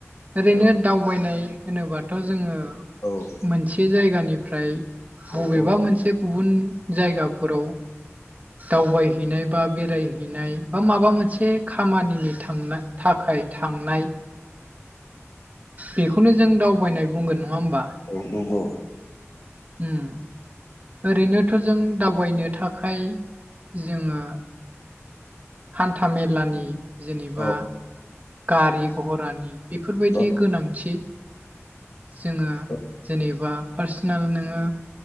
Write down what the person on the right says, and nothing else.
ओरैनो
दावबायनाय होनोबाथ' जोंङो
मोनसे जायगानिफ्राय बबेबा
मोनसे गुबुन जायगाफोराव दावबायहैनाय बा बेरायहैनाय बा माबा मोनसे खामानिनि थांनो थाखाय थांनाय बेखौनो जों दावबायनाय बुंगोन नङा होमबा
अम ओरैनोथ' जों दावबायनो थाखाय जोंङो हान्था मेलानि जेनेबा
गारि घरानि बेफोरबायदि
गोनांथि जोंङो
जेनेबा पार्सनेल नोङो